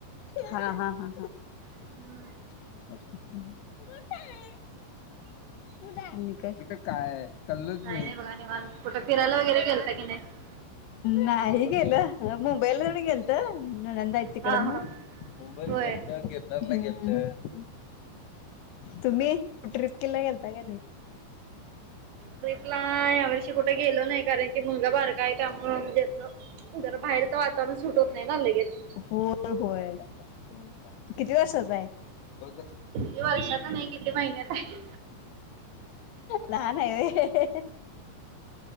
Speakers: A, on the left; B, on the right.
A: हा हा हा हा!
B: हम्म.
A: <unintelligible> <unintelligible> तू का काय कल्लंच
B: काय
A: नाही
B: बघा निवांत कुठं फिरायला वगैरे गेलता की नाही
A: नाही गेलं ह म मुंबईल गेलत नंद यती तिकडे
B: हा
A: म्हणून
B: हा
A: मुंबईल
B: होय
A: गेत गिरन गेत तुम्ही ट्र्रीप केला गेल तग नाही
B: ट्र्रीपला या वर्षी कुठे गेलो नाही कारण कि मुलगा बारका आहे त्यामु जसं जरा बाहेरचं वातावरण सुटत नाही ना लगेच
A: होय होय किती वर्षचा आहे बघ
B: क वर्षाच नाही किती महिन्यात आहे
A: लहान आहे व्हय